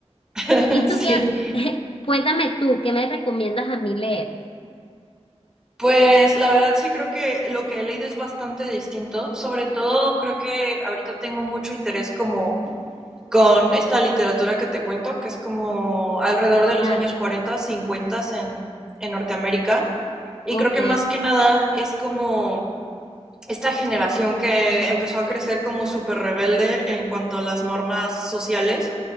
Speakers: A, in the centre; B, on the left.
A: <laughs>
B: ¿Y
A: Sí.
B: tú qué? <laughs> Cuéntame tú, ¿qué me recomiendas a mí leer?
A: Pues la verdad sí creo que lo que he leído es bastante distinto. Sobre todo creo que ahorita tengo mucho interés como con esta literatura que te cuento, que es como alrededor de los
B: La-
A: años 40, 50 en, en Norteamérica. Y
B: ok,
A: creo que más que nada es como esta generación que empezó a crecer como súper rebelde en cuanto a las normas sociales.